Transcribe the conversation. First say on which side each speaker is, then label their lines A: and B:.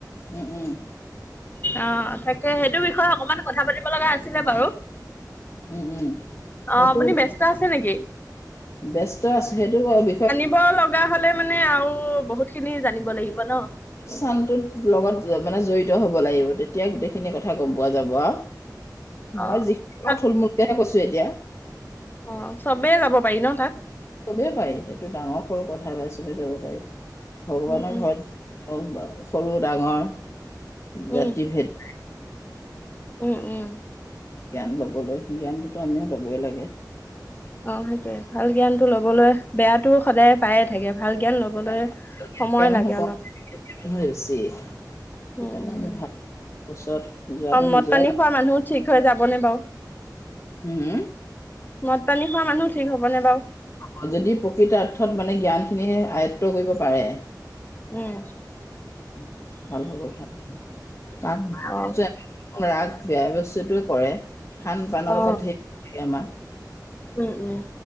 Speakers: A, on the left (about 45°); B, on the left (about 25°).
A: উম। উম।
B: অ' তাকে। সেইটো বিষয়ে অকমান কথা পাতিব লগা আছিলে বাৰু।
A: উম উম সেইটো
B: অ'হ। আপুনি ব্যস্ত আছে নেকি?
A: ব্যস্ত আছোঁ। সেইটো বিষয়ে
B: <unintelligible> লগা হ'লে মানে আৰু বহুত খিনি জানিব লাগিব ন।
A: চানটোত লগত মানে জড়িত হ'ব লাগিব। তেতিয়া গোটেইখিনি কথা গম পোৱা যাব আও।
B: <inaudible>
A: মই যিখিনি পাওঁ
B: তাত
A: থুলমুলকেহে কৈছোঁ, এতিয়া
B: অ'হ। চবে যাব পাৰি ন তাত?
A: চবে পাৰি। এইটো ডাঙৰ -সৰু কথা নাই। চবে যাব পাৰি। ভগৱানৰ
B: উম উম
A: ঘৰত <unintelligible> সৰু -ডাঙৰ,
B: উম
A: জাতি- ভেদ
B: উম। উম।
A: জ্ঞান ল'বলৈ। জ্ঞানটোতো আমি ল'বই লাগে।
B: অ'হ। সেইটোয়ে। ভাল জ্ঞানটো লবলৈ, বেয়াটো সদায় পায়ে থাকে। ভাল জ্ঞান ল'ব ল'বলৈ
A: এতিয়া
B: সময়
A: মানুহ
B: লাগে
A: কম
B: অলপ।
A: মানুহে বেছি সেইকাৰণে
B: উম। উম।
A: আমি ভাল ওচৰত যোৱাটো
B: অ' মদ-
A: নিজৰে
B: পানী
A: লাভ।
B: খোৱা মানুহো ঠিক হৈ যাবনে বাৰু?
A: হু হুম
B: মদ -পানী খোৱা মানুহো ঠিক হ'বনে বাৰু?
A: অ' যদি প্ৰকৃতাৰ্থত মানে জ্ঞানখিনি আয়ত্ব কৰিব পাৰে
B: উম
A: <inaudible> ভাল হ'ব ভাল হব। কাৰণ মায়া
B: অ
A: <unintelligible> ৰাগ বেয়া বস্তুটোৱে কৰে। খান -পানৰ
B: অ
A: লগত ধেৰ <unintelligible> আমাৰ
B: উম। উম।